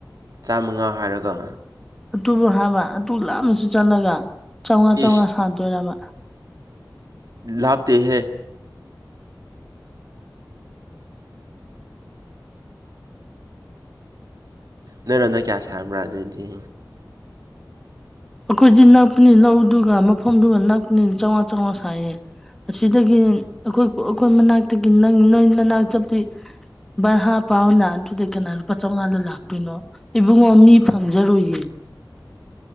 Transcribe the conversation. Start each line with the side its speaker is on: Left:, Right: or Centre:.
Right: ꯆꯥꯝꯃꯉꯥ ꯍꯥꯏꯔꯒ
Centre: ꯑꯗꯨꯨꯕꯨ ꯍꯥꯕ ꯑꯗꯨꯨ ꯂꯥꯞꯅꯁꯨ ꯆꯠꯂꯒ ꯆꯧꯉꯥ ꯆꯧꯉꯥ
Right: ꯏꯁ
Centre: ꯁꯥꯗꯣꯏꯔꯕ
Right: ꯂꯥꯞꯇꯦꯍꯦ ꯅꯣꯏꯔꯣꯝꯗ ꯀꯌꯥ ꯁꯥꯕ꯭ꯔ ꯑꯗꯨꯗꯤ
Centre: ꯑꯈꯣꯏꯗꯤ ꯅꯛꯄꯅꯤ ꯂꯧꯗꯨꯒ ꯃꯐꯝꯗꯨꯒ ꯅꯛꯄꯅꯤ ꯆꯧꯉꯥ ꯆꯧꯉꯥ ꯁꯥꯏꯌꯦ ꯑꯁꯤꯗꯒꯤ ꯑꯈꯣꯏ ꯑꯈꯣꯏ ꯃꯅꯥꯛꯇꯒꯤ ꯅꯪ ꯅꯣꯏ ꯅꯅꯥꯛ ꯆꯠꯄꯗꯤ ꯕꯔꯥ ꯄꯥꯎꯅ ꯑꯗꯨꯗ ꯀꯅꯥ ꯂꯨꯄꯥ ꯆꯝꯉꯥꯗ ꯂꯥꯛꯇꯣꯏꯅꯣ ꯏꯕꯨꯡꯉꯣ ꯃꯤ ꯐꯪꯖꯔꯣꯏꯌꯦ